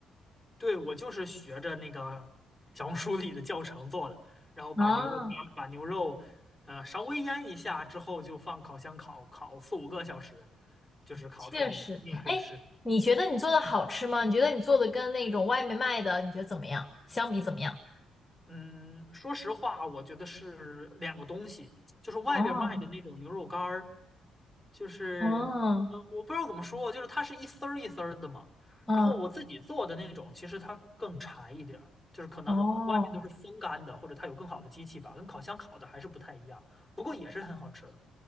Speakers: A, in the centre; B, on the left.
A: 对，我就是学着那个小红书里的教程做的，然后把牛肉把把牛肉，
B: 啊，
A: 呃，稍微腌一下之后，就放烤箱烤烤四五个小时，就是烤出来这种。
B: 确实，
A: 你也可以试
B: 哎，你觉得你做的好吃吗？你觉得你做的跟那种外面卖的，你觉得怎么样？相比怎么样？
A: 嗯，说实话，我觉得是两个东西，就是外边卖的那种牛肉干儿，
B: 哦，
A: 就是，
B: 哦，
A: 呃，我不知道怎么说，就是它是一丝儿一丝儿的嘛。
B: 嗯，
A: 然后我自己做的那种，其实它更柴一点儿，就是可能外面都是风干的，
B: 哦。
A: 或者它有更好的机器吧，跟烤箱烤的还是不太一样，不过也是很好吃的。